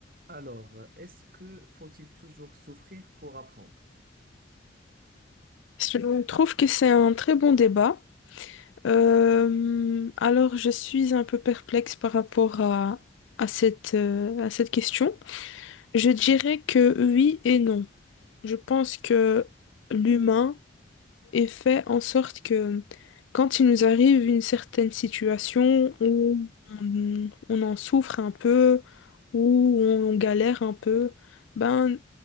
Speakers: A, on the right; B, on the left.
A: Alors, est-ce que faut-il toujours souffrir pour apprendre?
B: Je trouve que c'est un très bon débat. Euh, alors, je suis un peu perplexe par rapport à, à cette, euh, à cette question. Je dirais que oui et non. Je pense que l'humain est fait en sorte que quand il nous arrive une certaine situation où on, on en souffre un peu, où on galère un peu, ben,